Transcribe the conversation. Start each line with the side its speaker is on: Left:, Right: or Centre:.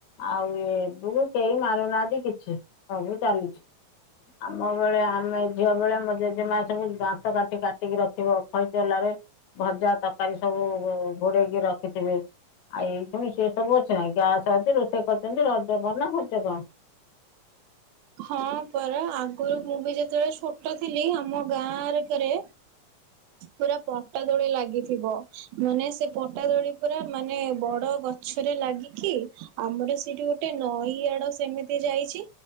Left: ଆଉ ଏବେକୁ କେହି ମାରୁନାହାନ୍ତି କି ସବୁ ଚାଲିଛି। ଆମ ବେଳେ ଆମେ ଝିଅ ବେଳେ ଆମ ଜେଜେମା ସବୁ ଦାନ୍ତକାଠି କାଟିକି ରଖିବ ଖଇଚଲାରେ ଭଜା ତରକାରୀ ସବୁ ଘୋଡେଇକି ରଖିଥିବି। ଆଉ ଏସବୁଣି ସିଏ ସବୁ ଅଛି ନାଁ ଗ୍ୟାସ ଅଛି ରୋଷେଇ କରିଛନ୍ତି ରଜ କ ନା ଭଜ କଣ?
Right: ହଁ ପରା ଆଗରୁ ମୁଁ ବି ଯେତେବେଳେ ଛୋଟ ଥିଲି ଆମ ଗାଁ ଆରେକରେ।
Left: <inaudible>
Right: ପୁରା ପଟାଦୋଳି ଲାଗିଥିବ ମାନେ ସେ ପଟାଦୋଳି ପୁରା ମାନେ ବଡ ଗ ଗଛରେ ଲାଗିକି ଆମର ସେଠି ଗୋଟେ ନଈ ଆଡ ସେମିତି ଯାଇଛି।